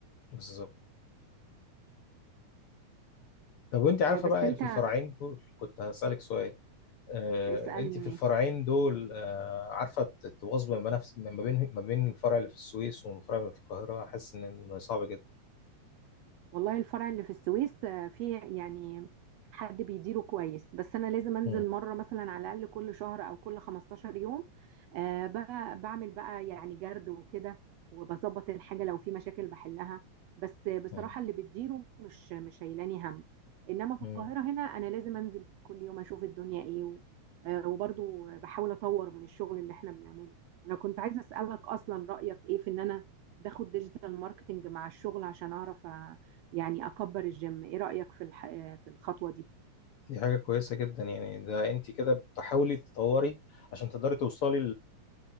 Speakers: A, on the left; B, on the right.
A: بالظبط طب وانت عارفه
B: آه، بس
A: بقى
B: انت
A: في الفرعين دول كنت هسالك سؤال آه،
B: اسالني
A: انت في
B: ماشي
A: الفرعين دول آه، عارفه تواظب ما بين ما بين ما بين الفرع اللي في السويس والفرع اللي في القاهره حاسس ان صعب جدا
B: والله الفرع اللي في السويس آه، فيه يعني حد بيديره كويس بس انا لازم انزل
A: مم.
B: مره مثلا على الاقل كل شهر او كل 15 يوم آه بقى بعمل بقى يعني جرد وكده وبظبط الحاجه لو في مشاكل بحلها بس بصراحه
A: مم.
B: اللي بتديره مش مش شايلاني هم انما في
A: مم.
B: القاهره هنا انا لازم انزل كل يوم اشوف الدنيا ايه و... آه، وبرضو بحاول اطور من الشغل اللي احنا بنعمله انا كنت عايزه اسالك اصلا رايك ايه في ان انا باخد ديجيتال ماركتنج مع الشغل عشان اعرف يعني اكبر الجيم ايه رأيك في الح... في الخطوة دي
A: دي حاجه كويسه جدا يعني ده انت كده بتحاولي تطوري عشان تقدري توصلي